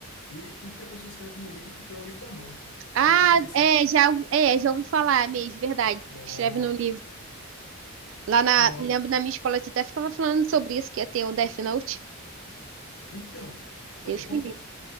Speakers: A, on the left (about 75°); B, on the right (about 60°).
A: e tudo que a pessoa escreve no livro, tipo, é um livro da morte.
B: Ah,
A: Aí a pessoa diz assim,
B: é,
A: ah,
B: já, ouvi- é, já ouvi falar mesmo, verdade.
A: pronto,
B: Escreve no livro. Lá na,
A: pronto.
B: lembro na minha escola, você até ficava falando sobre isso, que ia ter um Death Note.
A: Então,
B: Deus
A: é, como?
B: me livre.